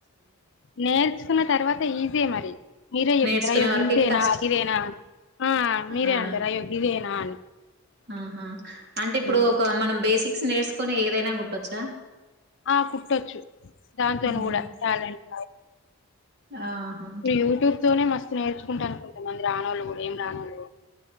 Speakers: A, on the left; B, on the right.
A: నేర్చుకున్న తర్వాత ఈజీ మరి మీరే చెప్తారం
B: నేర్చుకునే
A: అయ్యో
B: వరకి
A: గింతేనా
B: కష్టం
A: గిదేనా ఆ మీరే
B: ఆ
A: అంటారు అయ్యో గిదేనా అని
B: ఆహా అంటే ఇప్పుడు
A: ఉమ్.
B: ఒక మనం బేసిక్స్ నేర్చుకొని ఏదైనా కుట్టొచ్చా
A: ఆ కుట్టొచ్చు దాంతోనే
B: ఉహు
A: కూడా టాలెంట్
B: ఆహా
A: నేను యూట్యూబ్ తోనే మస్త్ నే కుంటాను కొంతమంది రానోళ్లు కూడా ఏం రానోళ్లు